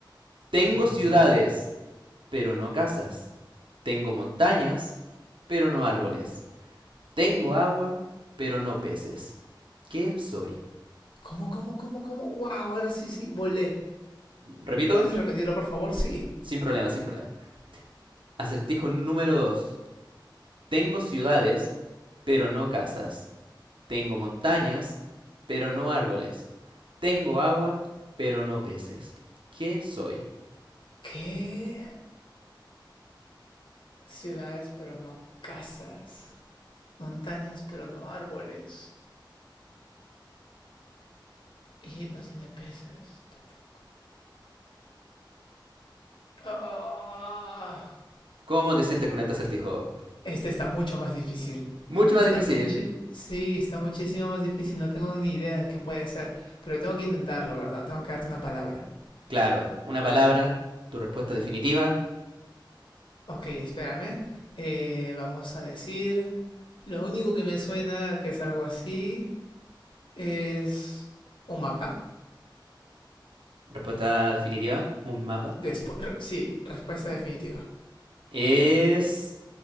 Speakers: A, on the right; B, on the left.
A: Tengo
B: Ujú.
A: ciudades, pero no casas. Tengo montañas, pero no árboles. Tengo agua, pero no peces. ¿Qué soy?
B: ¿Cómo, cómo, cómo, cómo? ¡Wow! Ahora sí, sí, volé.
A: Repito,
B: ¿Puedes repetirlo, por favor? Sí.
A: sin problema, sin problema. Acertijo número 2. Tengo ciudades, pero no casas. Tengo montañas, pero no árboles. Tengo agua, pero no peces. ¿Qué soy?
B: ¿Qué? Ciudades, pero no casas. Montañas, pero no árboles. Y no tiene peces tampoco. Ah,
A: ¿Cómo te sientes con este acertijo?
B: Este está mucho más difícil.
A: Mucho más
B: Está
A: difícil.
B: muchi sí, está muchísimo más difícil. No tengo ni idea de qué puede ser. Pero tengo que intentarlo, ¿verdad? Tengo que darte una palabra.
A: Claro, una palabra, tu respuesta definitiva,
B: Ok, espérame. Eh, vamos a decir. Lo único que me suena que es algo así. es un mapa.
A: respuesta definitiva, un mapa.
B: Después, sí, respuesta definitiva.
A: Es